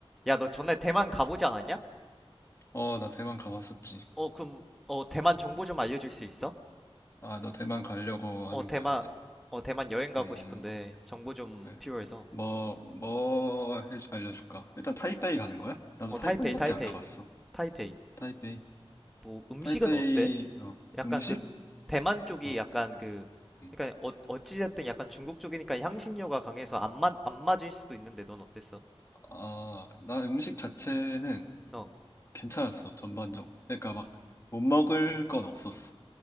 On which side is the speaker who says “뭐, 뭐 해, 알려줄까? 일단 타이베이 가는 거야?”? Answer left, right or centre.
Left